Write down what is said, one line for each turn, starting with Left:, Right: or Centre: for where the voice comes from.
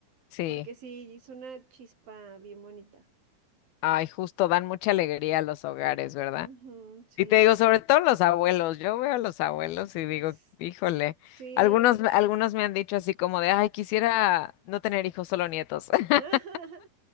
Left: Sí.
Right: porque sí, es una chispa bien bonita.
Left: Ay, justo dan mucha alegría a los hogares, ¿verdad?
Right: Ujú, sí.
Left: Y te digo, sobre todo los abuelos, yo veo a los abuelos y digo,
Right: S-
Left: híjole,
Right: Sí,
Left: algunos,
Right: yo-
Left: algunos me han dicho así como de, ay, quisiera no tener hijos, solo nietos. <laughs>
Right: <laughs> Ajá.